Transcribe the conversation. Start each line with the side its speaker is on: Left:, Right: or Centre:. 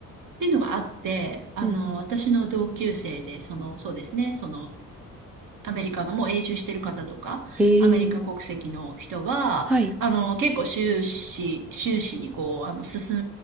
Right: ていうのがあって、あの、
Centre: うん。
Right: 私の同級生で、その、そうですね、その、アメリカのもう永住してる方とか、
Centre: へ
Right: アメリカ国籍の人は、
Centre: え。はい。
Right: あの、結構修士、修士にこう、あの、進